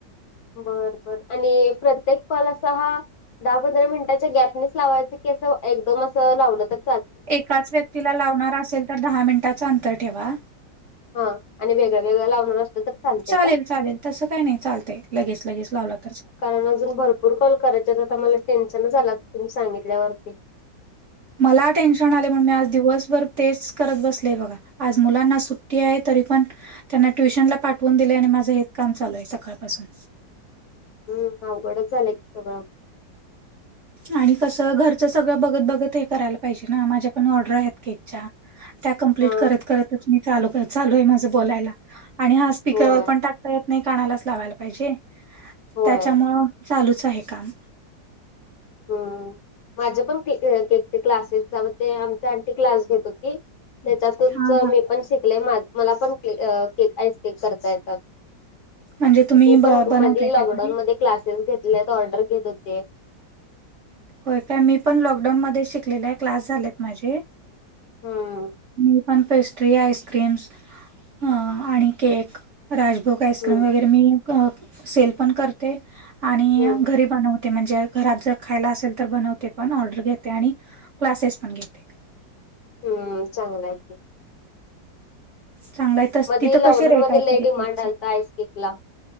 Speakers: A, on the left; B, on the right.
A: बर बर आणि प्रत्येक कॉल असा हा दहा पंधरा मिनिटाच्या गॅपनेच लावायच की एकदम अस लावलं त
B: एकाच व्यक्तीला लावणार असेल तर दहा मिनिटाचा अंतर ठेवा.
A: हा आणि वेगळं वेगळं लावणार असतेल तर चालतंय
B: चालेल
A: काय
B: चालेल तसं काय नाही चालतंय लगेच लगेच लाव लाग
A: कारण अजून भरपूर कॉल करायच्या आता मला टेन्शन झाला तुम्ही सांगितल्यावरती
B: मला टेन्शन आले म्हण मी आज दिवसभर तेच करत बसलेय बघा. आज मुलांना सुट्टी आहे तरी पण त्यांना ट्युशन ला पाठवून दिले आणि माझं हेच काम चालू आहे सकाळपासून.
A: हम्म अवघडच झालंय की सगळं.
B: आणि कसं घरचं सगळं बघत बघत हे करायला पाहिजे ना माझ्या पण ऑर्डर आहेत केक च्या त्या
A: हा
B: करत करत चालू आहे माझ बोलायला. स्पीकरवर
A: होय
B: पण टाकता येत नाही कानालाच लावायला पाहिजे
A: होय
B: त्याच्यामुळं चालूच आहे काम.
A: हम्म. माझ्या पण ते क्लासेस आमची अंटी क्लास घेत होती त्याच्यातून
B: हा हा
A: मी पण शिकले मला पण केक आईस केक करता येत.
B: म्हणजे तुम्ही
A: हे
B: ब
A: पण
B: बनवताय
A: मध्ये लॉकडाऊन
B: काय घरी?
A: मध्ये क्लासेस घेतलेत ऑर्डर घेत होते.
B: होय काय मी पण लॉकडाऊनमध्येध्ये शिकलेले आहे क्लास झालेत माझे.
A: हम्म
B: मी पण पेस्ट्री आईस्क्रीम्स हम्म आणि केक राजभोग आईस्क्रीम
A: हम्म
B: वगैरे मी सेल पण करते आणि
A: हम्म.
B: घरी बनवते म्हणजे घरात जर खायला असेल तर बनवते पण ऑर्डर घेते आणि क्लासेस पण घेते.
A: हम्म चांगलं आहे की.
B: चांगलाय त
A: मध्ये
B: तिथं
A: लॉकडाऊन
B: कसे रेट
A: मध्ये
B: आहे
A: लय
B: तरी केकचे.
A: डिमांड आलता आईस केकला